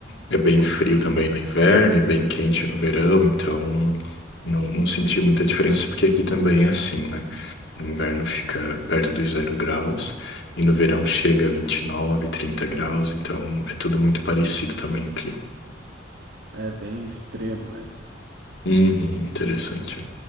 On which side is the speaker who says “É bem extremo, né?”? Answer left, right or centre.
Right